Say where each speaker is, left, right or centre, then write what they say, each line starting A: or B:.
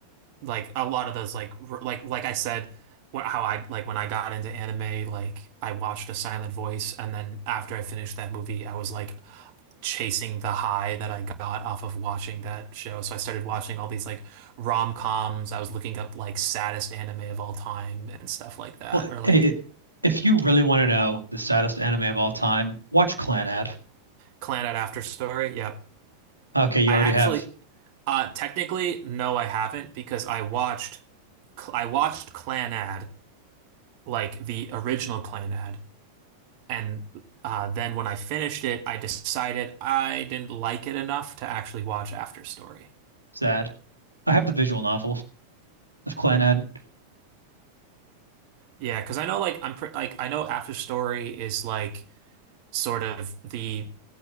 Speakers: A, on the right (about 45°); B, on the right (about 90°).
A: like a lot of those like r- like like I said wh- how I like when I got into anime like I watched A Silent Voice and then after I finished that movie I was like chasing the high that I got off of watching that show. So I started watching all these like rom-coms. I was looking up like saddest anime of all time and stuff like that,
B: Well,
A: or like
B: i i if you really want to know the saddest anime of all time, watch Clanad.
A: Clannad After Story. Yep.
B: Okay, you
A: I
B: already
A: actually,
B: have
A: uh, technically, no, I haven't because I watched I watched Clannad, like the original Clannad, and uh, then when I finished it, I decided I didn't like it enough to actually watch After Story.
B: sad. I have the visual novel of Clanad.
A: Yeah, because I know like I'm pre like I know After Story is like sort of the